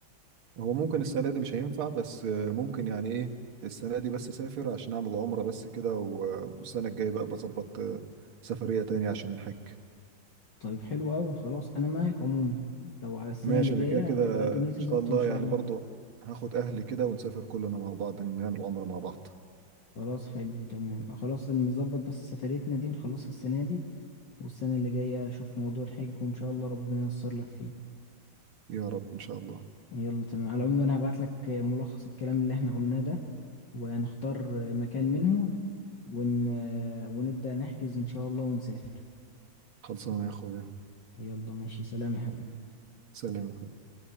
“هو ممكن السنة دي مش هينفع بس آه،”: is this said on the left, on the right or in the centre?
Right